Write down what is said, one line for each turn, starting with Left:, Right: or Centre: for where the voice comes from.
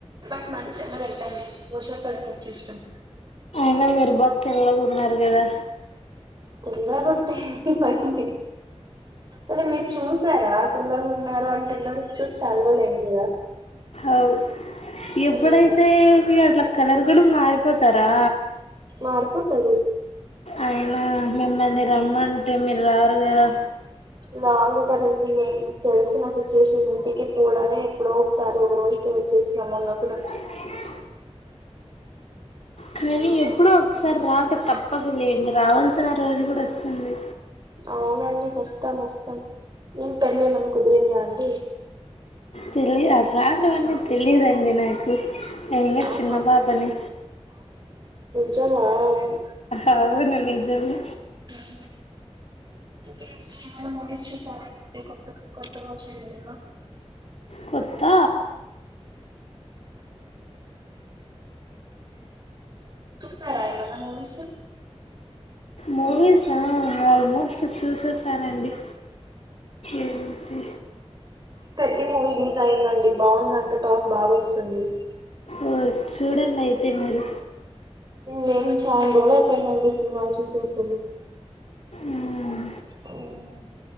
Right: బట్ మనకి ఎండ పెడుతంది వర్షాలు కూడా పర్చేస్తూ
Left: న్న మీరు బా తెల్లగా ఉన్నారు కదా
Right: తెల్లగా వుంటే ఏంది మేడం మీర్ అనీ మీరు చూసారా తెల్లగున్నారా అని పిల్లలు ఉన్నార అని పిల్లడి చూసి చాలా రోజులు ఐంది కదా
Left: అవ్ ఎప్పుడైతే
Right: మ్మ్
Left: మీ అట్లా కలర్ కూడా మారిపోతారా
Right: మారిపోతరు.
Left: అయినా మిమ్మల్ని రమ్మంటే మీరు రారు కదా
Right: లాంగ్ కదండి నేకు తెలిసిన సిచ్యుయేషన్ ఇంటికి పోవడమే ఎప్పుడో ఒకసారి ఒక రోజు పో చేస్ మొన్నకను
Left: శ్వేత కానీ ఎప్పుడో ఒకసారి రాక తప్పదు లేండి రావాల్సిన రోజు కూడా వస్తుంది.
Right: అవునండి వస్తాం వస్తాం ఇం పెళ్ళి ఏమన కుదిరిందా అండి.
Left: తెల్లి అట్లాంటివన్నీ తెలిదండి నాకు నేను ఇంకా
Right: ఆహా
Left: చిన్న పాపని
Right: జమవును
Left: అవును నిజమే
Right: ఏం జెతారు ఏమన్నా మూవీ చూసారా అండి కొత్త కొత్తగా వచ్చెవి ఏవైన
Left: కొత్త
Right: చూసారా ఏమన్నా మూవీస్
Left: మూవీస్ ఆ ఆల్మోస్ట్ చూసెస్ సరే అండి ఏమిటి
Right: పెద్ది మూవీ రిలీజ్ అయిందండి బాగుందంట టాక్ బాగా వస్తుంది
Left: ఓ చూడండి అయితే మరి
Right: నేను చాన్ రోజులు అయిపోయిందండి సినిమాలు చూసేసలు
Left: మ్మ్.
Right: అవున